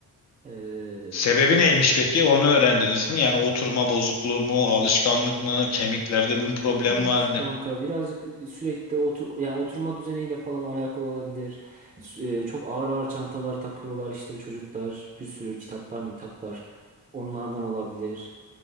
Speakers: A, on the right; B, on the left.
A: Ee,
B: Sebebi neymiş peki? Onu öğrendiniz mi? Yani oturma bozukluğu mu, alışkanlık mı, kemiklerde bir
A: bilmiyorum
B: problem var?
A: ki kanka
B: ne?
A: birazcık sürekli otur yani oturma düzeniyle falan alakalı olabilir. Sü- e, çok ağır ağır çantalar takıyorlar işte çocuklar bir sürü kitaplar mitaplar onlardan olabilir.